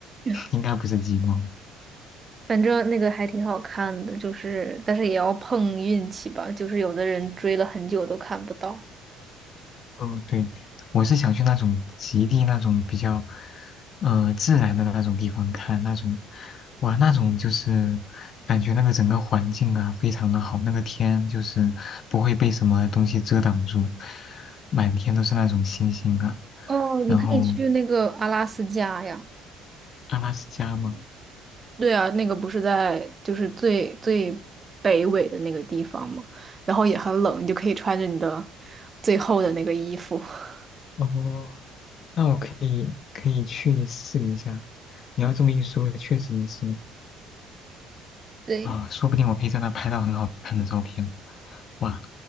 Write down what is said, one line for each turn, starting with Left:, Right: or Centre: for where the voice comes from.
Right: <laughs>
Left: 应该不是激光。
Right: 反正那个还挺好看的，就是但是也要碰运气吧，就是有的人追了很久都看不到。
Left: 哦，对，我是想去那种极地那种比较，呃，自然的那种地方看那种，哇，那种就是感觉那个整个环境啊非常的好，那个天就是不会被什么东西遮挡住，满天都是那种星星啊。
Right: 哦，
Left: 然后
Right: 你可以去那个阿拉斯加呀。
Left: 阿拉斯加嘛，
Right: 对啊，那个不是在就是最最北纬的那个地方嘛，然后也很冷，你就可以穿着你的最厚的那个衣服。<laughs>
Left: 哦，那我可以可以去试一下。你要这么一说，确实是
Right: 对，
Left: 啊，说不定我可以在那拍到很好看的照片。哇，